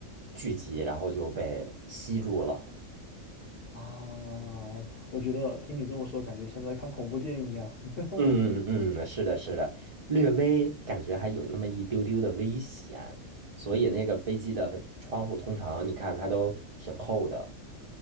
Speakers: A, on the right (about 45°); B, on the left (about 50°).
A: 聚集，然后就被吸住了。
B: 啊！我觉得听你这么说，感觉像在看恐怖电影啊。<laughs>
A: 嗯嗯，是的，是的，略微感觉还有那么一丢丢的危险，所以那个飞机的窗户通常你看它都挺厚的。